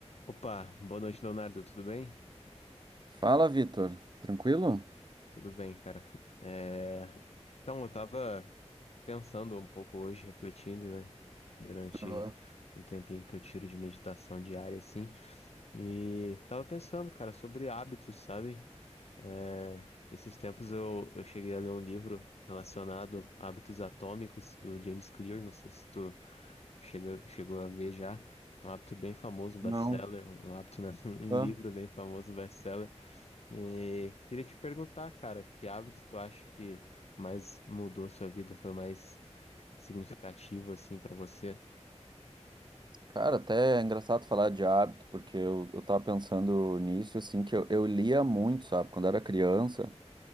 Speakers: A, on the left (about 65°); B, on the right (about 40°).
A: Opa, boa noite, Leonardo. Tudo bem?
B: Fala, Vitor. Tranquilo?
A: Tudo bem, cara. É, Então, eu tava pensando um pouco hoje, refletindo, né? Durante
B: Ah,
A: um tempinho que eu tiro de meditação diária, assim. E tava pensando, cara, sobre hábitos, sabe? É, Esses tempos eu, eu cheguei a ler um livro relacionado a hábitos atômicos do James Clear. Não sei se tu chega, chegou a ver já. Um hábito bem famoso, um
B: Não.
A: best-seller. Um hábito, né? <laughs> Um
B: Ah,
A: livro best-seller, um livro bem famoso, um best-seller. E queria te perguntar, cara, que hábito tu acha que mais mudou sua vida, foi mais significativo assim pra você?
B: Cara, até é engraçado falar de hábito, porque eu, eu tava pensando nisso, assim, que eu, eu lia muito, sabe, quando era criança